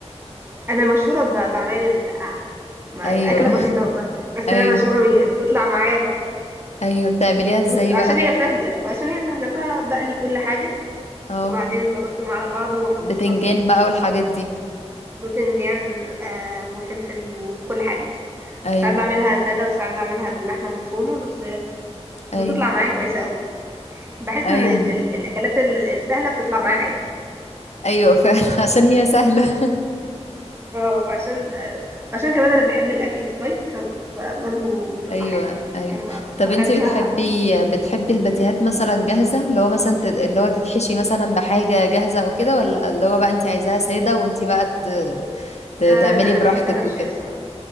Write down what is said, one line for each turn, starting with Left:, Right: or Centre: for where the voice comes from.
Right: انا مشهوره ب- بعمال المسقعه مع
Left: ايوه
Right: اكله بسيطه والله بس
Left: ايوه
Right: انا مشهوره بيها بتطلع معايا تحفه
Left: ايوه بتعمليها ازاي
Right: وت- عشان
Left: بقى
Right: هي سهله وعشان هي سهله ب- بقلي كل حاجه
Left: اه
Right: وبعدين بضيفهم على بعض واحط
Left: بتنجان
Right: الصلصه
Left: بقى
Right: والصلصه
Left: والحاجات دي
Right: باذنجان آه وفلفل وكل حاجه
Left: ايوه
Right: ساعات بعملها ساده وساعات بعملها باللحمه المفرومه بس بتطلع
Left: ايوه
Right: معايا كويسه قوي بحس
Left: ايوه
Right: ان ال- ال- الاكلات ال- السهله بتطلع معايا حلو
Left: ايوه فعلا <laughs> عشان هي سهله <laughs>
Right: اه عشان آه عشان كمان انا بحب الاكل سبايسي فبرضه بتطلع
Left: ايوه
Right: حلو
Left: ايوه
Right: يعني ب-
Left: طب
Right: بخليها
Left: انتي بتحبي بتحبي الباتيهات مثلا جاهزه اللي هو مثلا تت- اللي هو تتحشي مثلا بحاجه جاهزه او كده ولا اللي هو بقى انتي عايزاها ساده وانتي بقى ت... ت...
Right: آه
Left: تعملي
Right: لا
Left: براحتك
Right: انا بحبها محشيه
Left: وكده
Right: الصراحه